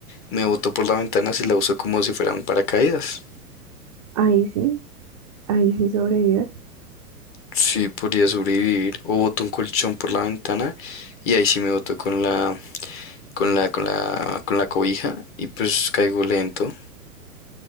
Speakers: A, on the left (about 25°); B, on the right (about 25°).
A: me boto por la ventana y la uso como si fuera un paracaídas.
B: Ahí sí, ahí sí sobrevives.
A: Sí, podría sobrevivir. O boto un colchón por la ventana y ahí sí me boto con la, con la, con la, con la cobija y pues caigo lento.